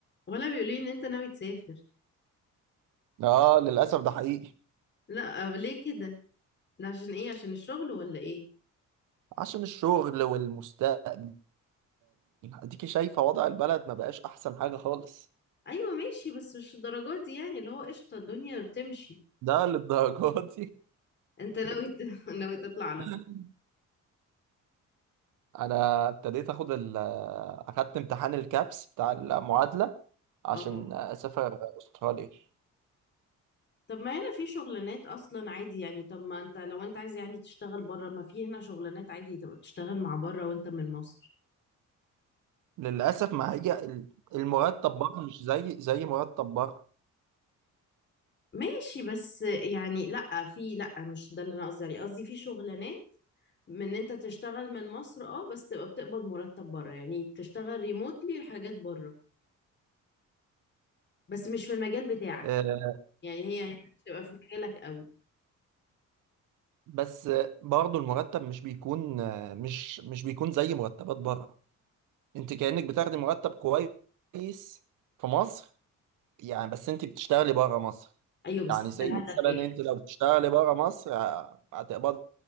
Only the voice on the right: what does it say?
اه للاسف ده حقيقي
عشان الشغل والمستقبل اديكي شايفه وضع البلد ما بقاش احسن حاجه خالص
ده للدرجه دي
<laughs>
انا ابتديت اخد ال اخدت امتحان الكابس بتاع المعادله عشان
اسافر استراليا
للاسف ما هي ال- المرتب بره مش زي زي مرتب بره
آه،
بس برضه المرتب مش بيكون مش مش بيكون زي مرتبات بره انت كأنك بتاخدي مرتب كويس في مصر يعني بس انت بتشتغلي بره مصر
يعني
زي
مثلا
انت لو بتشتغلي بره مصر ه- هتقبضي